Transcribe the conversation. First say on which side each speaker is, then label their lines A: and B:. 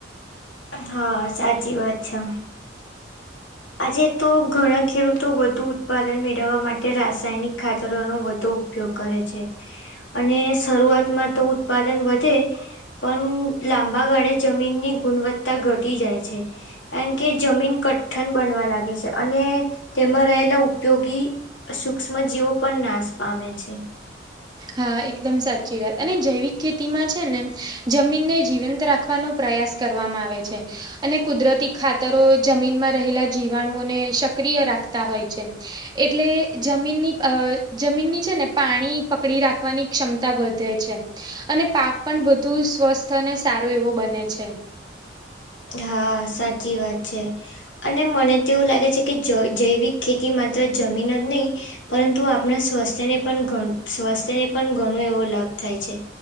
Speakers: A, on the left (about 80°); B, on the right (about 25°).
A: હા, સાચી વાત છે.
B: <inaudible>
A: આજે તો ઘણા ખેડૂતો વધુ ઉત્પાદન મેળવવા માટે રાસાયણિક ખાતરોનો વધુ ઉપયોગ કરે છે અને શરૂઆતમાં તો ઉત્પાદન વધે પણ લાંબાગાળે જમીનની ગુણવત્તા ઘટી જાય છે. કારણ કે જમીન કઠઠન બનવા લાગે છે અને તેમાં રહેલા ઉપયોગી સૂક્ષ્મજીવો પણ નાશ પામે છે.
B: હા, એકદમ સાચી વાત અને જૈવિક ખેતીમાં છે ને જમીનને જીવંત રાખવાનો પ્રયાસ કરવામાં આવે છે. અને કુદરતી ખાતરો જમીનમાં રહેલા જીવાણુઓને સક્રિય રાખતા હોય છે. એટલે જમીનની અહ જમીનની છે ને પાણી પકડી રાખવાની ક્ષમતા વધે છે. અને પાક પણ વધુ સ્વસ્થ અને સારો એવો બને છે.
A: હા સાચી વાત છે. અને મને તો એવું લાગે છે કે જ જૈવિક ખેતી માત્ર જમીન જ નહીં પરંતુ આપના સ્વાસ્થ્યને પણ સ્વાસ્થ્યને પણ ઘણો એવો લાભ થાય છે.